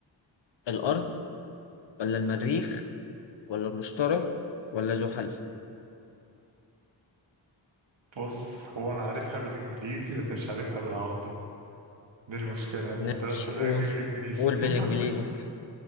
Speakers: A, on the left; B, on the right.
A: الارض ولا المريخ ولا المشتري ولا زحل
B: بص هو انا عارفها بالانجليزي بس مش عارفها بالعربي دي المشكله يعني
A: ماشي
B: من درست الحاجات
A: قول
B: دي بالانجليزي
A: قول بالانجليزي
B: <laughs>
A: <laughs>